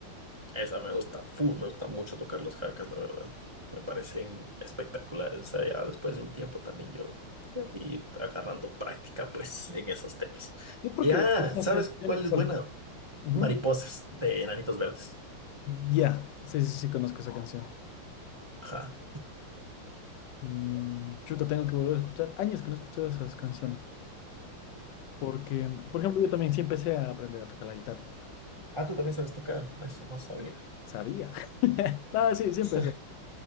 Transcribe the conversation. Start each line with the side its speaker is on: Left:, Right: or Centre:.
Right: Esa me gusta full, me gusta mucho tocar los jarcas, la verdad. Me parecen espectaculares. O sea, ya después de un tiempo también yo ya fui agarrando práctica, pues, en esos temas.
Left: Sí, porque
Right: ya
Left: hay unas
Right: ¿sabes
Left: canciones.
Right: cuál es
Left: ¿Cuál?
Right: buena?
Left: Ujú.
Right: Mariposas de Enanitos Verdes.
Left: Ya, Sí, sí, sí, conozco esa canción.
Right: Ajá.
Left: Mm, chuta, tengo que volver a escuchar. Años que no he escuchado esas canciones. Porque, por ejemplo, yo también sí empecé a aprender a tocar la guitarra. pues,
Right: Ah, tú también sabes tocar. Eso no sabía.
Left: sabía. <laughs> No, sí, sí
Right: <laughs>
Left: empecé.